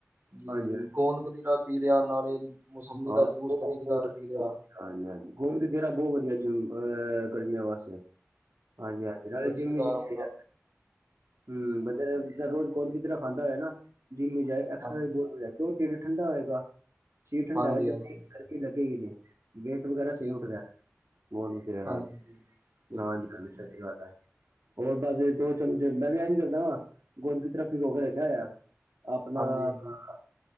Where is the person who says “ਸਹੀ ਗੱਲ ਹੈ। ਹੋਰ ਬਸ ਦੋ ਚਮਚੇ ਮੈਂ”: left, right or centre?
Right